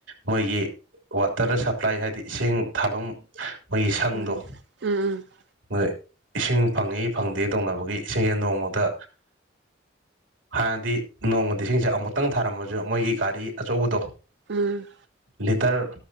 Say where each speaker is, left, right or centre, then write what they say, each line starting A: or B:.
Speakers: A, on the right (about 85°); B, on the right (about 60°).
A: ꯃꯣꯏꯒꯤ ꯋꯥꯇꯔ ꯁꯄ꯭ꯂꯥꯏ ꯍꯥꯏꯗꯤ ꯏꯁꯤꯡ ꯊꯥꯕꯝ ꯑꯈꯣꯏꯒꯤ ꯁꯪꯗꯣ
B: ꯎꯝ ꯎꯝ ꯎꯝ ꯎꯝ ꯎꯝ ꯎꯝ ꯎꯝ
A: ꯃꯣꯏ ꯏꯁꯤꯡ ꯐꯪꯉꯤ ꯐꯪꯗꯦ ꯇꯧꯅꯕꯒꯤ ꯏꯁꯤꯡꯖꯦ ꯅꯣꯡꯃꯗꯥ ꯍꯥꯟꯅꯗꯤ ꯅꯣꯡꯃꯗꯥ ꯏꯁꯤꯡꯖꯦ ꯑꯃꯨꯛꯇꯪ ꯊꯥꯔꯝꯃꯖꯨ ꯃꯣꯏꯒꯤ ꯒꯥꯔꯤ ꯑꯆꯧꯕꯗꯣ
B: ꯎꯝ
A: ꯂꯤꯇꯔ